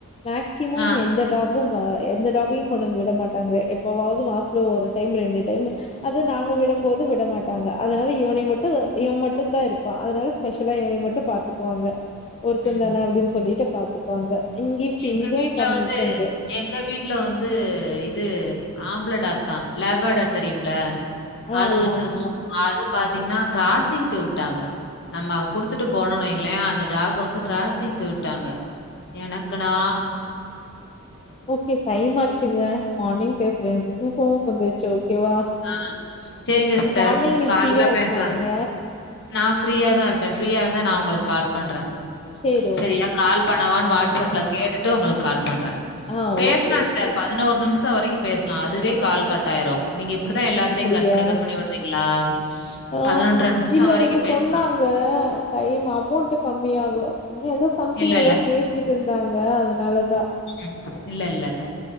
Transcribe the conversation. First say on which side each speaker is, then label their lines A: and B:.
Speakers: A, on the left (about 30°); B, on the left (about 55°).
A: மேக்சிமம்
B: ஆ.
A: எந்த டாகும் ப எந்த டாகையு கொண்டு வந்து விட மாட்டாங்க எப்பவாது மாசத்ல ஒரு டைம் ரெண்டு டைம் அது நாங்க விடும்போது விடமாட்டாங்க அதனால இவனைய மட்டு இவன் மட்டு தா இருப் பா அதனால ஸ்பெஷலா இவனைய மட்டு பாத்துக்குவாங்க ஒருத்தன்
B: ம்.
A: தான அப்டின்னு சொல்லிட்டு பாத்துப்பாங்க இங்கே ஃபீரி
B: எங்க
A: இது
B: வீட்ல
A: கம்மி
B: வந்து
A: கொஞ்சன
B: எங்க வீட்ல வந்து இது ஆம்பள டாக் தா லேப்பேடர் தெரியும்ல
A: ஆமாமாமா.
B: அது வச்சிருந்தே அது பாத்தீஙனா கிராசிங்க்கு விட்டாங்க நம்ம குடுத்துட்டு போனோன் வைங்களே அந்த டாக் வந்து கிராஸிங்கு விட்டாங்க எனா க்கணா
A: ஓகே டைம் ஆச்சுங்க மார்னிங் பேசுறே எனக்கு தூக்கமு வந்துருச்சு ஓகேவா
B: ஆ சேரிங்க சிஸ்டர்
A: மார்னிங் இன்னைக்கு
B: கால்ல
A: ஃப்ரீயா இருக்க
B: பேசுற
A: மாட்டீங்க.
B: நா ஃப்ரீயாதா இருப்ப ஃப்ரீயா இருந்தா நா உங்களுக்கு கால் பண்ற
A: சரி
B: செரியா
A: ஓகே.
B: கால் பண்ணவான்னு வாட்ஸ்
A: அ
B: அப்ல கேட்டுட்டு உங்களுக்கு கால் பண்ற
A: ஆ
B: பேசலா
A: ஓகே, ஓகே,
B: சிஸ்டர்
A: ஓகே.
B: பதினோர் நிம்ஷோ வரைக்கு பேசலா அதுவே கால் கட் ஆயிரு நீங்க இப்படித்தா எல்லாத்டையு
A: அப்படியா?
B: கட் பண்ணி கட் பண்ணி விடுறீங்களா
A: ஆமா.
B: பதினொன்ற நிம்ஷோ
A: இல்ல
B: வரைக்கு
A: எனக்கு
B: பேசலா
A: சொன்னாங்க, டைம் அமௌண்ட்டு கம்மி ஆகு அப்டின்னு ஏதோ சம்திங்
B: இல்ல,
A: ஏதோ
B: இல்ல.
A: பேசிட்டு இருந்தாங்க அதனாலதா
B: ம் இல்ல இல்ல இல்ல